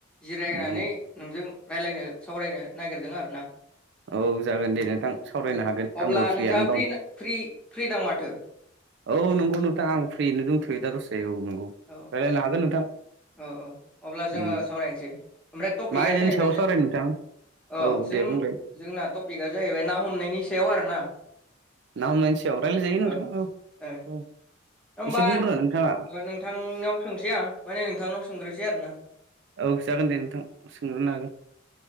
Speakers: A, in the centre; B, on the right.
A: जिरायनानै
B: उम
A: नोंजों रायज्लायनो सावरायनो नागिरदों आरो ना
B: औ जागोन दे नोंथां सावरायनो
A: अ
B: हागोन
A: अब्ला
B: आंबो
A: नोंथाङा
B: फ्रियानो
A: फ्रि
B: दं
A: फ्रि फ्रि दां माथो
B: औ नंगौ नोंथां आं फ्रियैनो दंथ'यो दा दसे औ नंगौ
A: औ
B: रायलायनो हागोन नोंथां
A: औ औ अब्ला जोङो
B: उम
A: सावरायनोसै ओमफ्राय टपिकआ
B: मा आयदानि
A: जाहैबाय
B: सायाव
A: जों
B: सावरायनो नोंथां
A: अ
B: औ
A: जों
B: दे बुंलाय
A: जोंना टपिका जाहैबाय ना हमनायनि सायाव आरो ना
B: ना हमनायनि सायाव रायलायजायो नोंथां
A: ओ
B: औ
A: ओ
B: औ
A: होमबा
B: एसे बुंग्रोनो नोंथाङा
A: नोंथांनाव सोंसै आं माने नोंथांनाव सोंग्रोनोसै आरो ना
B: औ जागोन दे नोंथां सोंग्रोनो हागोन